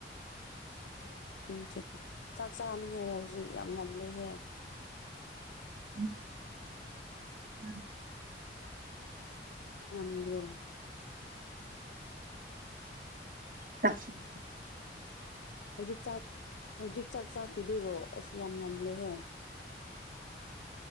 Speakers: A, on the left; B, on the right.
A: ꯑꯣ ꯌꯨꯝ ꯆꯠꯄ ꯆꯥꯛ ꯆꯥꯅꯤꯉꯥꯏꯔꯣ ꯍꯧꯖꯤꯛ ꯌꯥꯝ ꯉꯜꯂꯦꯍꯦ꯫
B: ꯎꯝ <inaudible> <inaudible>
A: ꯉꯟꯗ꯭ꯔꯣ
B: ꯇ ꯆ <unintelligible>
A: ꯍꯧꯖꯤꯛ ꯆꯥꯛ ꯍꯧꯖꯤꯛ ꯆꯥꯛ ꯆꯥꯈꯤꯗꯣꯏꯔꯣ ꯑꯁ ꯌꯥꯝ ꯉꯜꯂꯦꯍꯦ꯫